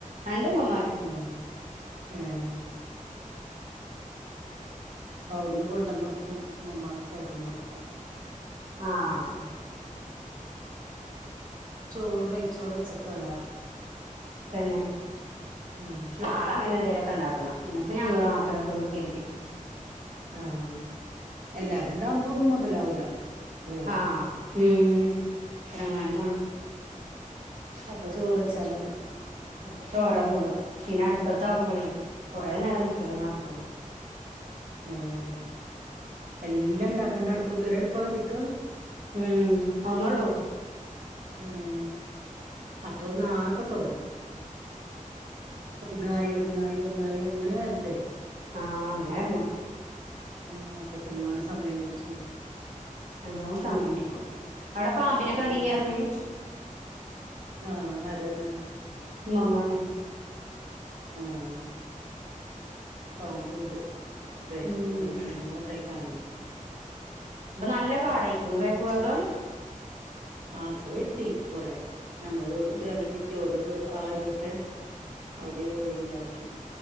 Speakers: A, on the right (about 60°); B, on the right (about 80°).
A: രണ്ട് ഇമ്മമ്മമാരും
B: ആഹ് ഏഹ് അവിടുന്ന് കൊണ്ടണ് കെടുക്കും ഇമ്മമ്മാക്ക് കടി നെക്കെപറഞ്ഞു
A: ആഹ്
B: ചോറ് നെയ്ച്ചോറ് വെച്ചൊക്കെണ് പറഞ്ഞു
A: തന്നെ
B: ഉം
A: നാളെ അങ്ങനെ എന്തേലുമൊക്കെ ഉണ്ടാക്കണം ഇന് ഇപ്പെ ഞങ്ങള് മാത്രമല്ലേ ഒള്ളൂ കരുതി
B: ആഹ് എല്ലാരും. ഉണ്ടാകുമ്പോ ഒന്നും മുതലാവൂല ല്ലേ
A: ആഹ് ഉം എത്രങ്ങാനും മാണം
B: അപ്പൊ ചോറ് വച്ചാ മതി
A: അപ്പൊ ചോറ സുഖം പിന്നെ അടുപ്പത്താവുമ്പോളേ കൊറേ നേരം നിക്കെലെന്നും നാടക്കൂല
B: ഉം എല്ലാം ഇണ്ടാക്കണ്ടെ അടുപ്പത്ത് ഒരു അടുപ്പാ കത്തിക്കാ
A: ഉം ഒന്നോള്ളൂ
B: ഏഹ് അപ്പൊ ഒന്ന് നാർത്തെ തുടങ്ങണം ഒന്നായി ഒന്നായി ഒന്നായി അങ്ങനെ വരണ്ടേ
A: ആഹ് അങ്ങനെ വരണം
B: ആഹ് അപ്പം എത്രങ്ങാനും സമയം പുടിച്ചും
A: നല്ലോം സമയം പിടിക്കും അവിടെ പാമ്പിനെ കണ്ടിനി
B: ഉം
A: പറഞ്
B: ആഹ് ആര് പറഞ്
A: ഇമ്മമ്മ പറഞ്ഞ്
B: ആഹ് പാമ്പ് ഇണ്ട് ബാക്കില്
A: ഉം
B: ഇങ്ങനെ രണ്ട് മൂന് വ്ട്ടമായി കാണ് ണ്
A: അപ്പൊ നല്ല കാടായിക്കണോ ബാക്ക് ഭാഗം
B: ആ ഇപ്പൊ വെട്ടി കൊറെ ഞമ്മളെ തൊടുത്തത്
A: ഉം
B: ഞാനും വെട്ടി ട്ടി ഓലെ തെടു ആ അരു ഒക്കെ അവിടെ ഒരു വഴി ഉണ്ടാക്കി